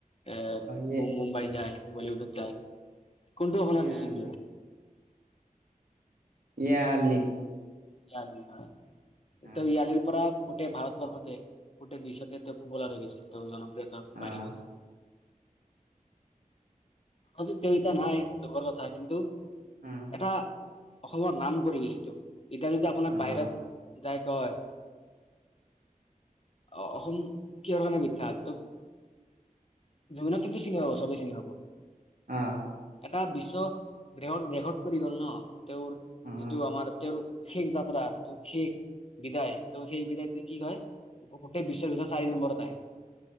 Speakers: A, on the left; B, on the right.
A: এ
B: ই
A: মুম্বাই যায়, বলিউডত যায়। কোনটো আপোনাৰ
B: ইয়া
A: বেছি
B: আলি
A: প্ৰিয়?
B: ইয়া-আ-লি।
A: ইয়াৰ আ দি হয়,
B: অ
A: ত পৰা- গোটেই ভাৰতবৰ্ষতে, গোটেই বিশ্বতে তেওঁ প্ৰপোলাৰ হৈ গৈছিল, তেওঁ জনপ্ৰিয়তা বাঢ়ি
B: অ
A: গৈছিল। আজি তেওঁ এতিয়া নাই দুখৰ কথা কিন্তু
B: অ
A: এটা- অসমৰ নাম কৰি গৈছেতো। এতিয়া যদি আপোনাক
B: অ
A: বাহিৰত- যায় কয়- অ -অসম কিহৰ কাৰণে ব্যিখাত? ত- জুবিনক কিন্তু চিনি পাব, চবে চিনি পাব।
B: আ।
A: এটা বিশ্ব ৰেকৰ্ড ৰেকৰ্ড কৰি গ'ল ন, তেওঁৰ
B: অ
A: যিটো আমাৰ তেওঁৰ- শেষ যাত্ৰা, যিটো শেষ বিদায়। ত সেই বিদায়টো কি হয়- গোটেই বিশ্বৰ ভিতৰত চাৰি নম্বৰত আহে,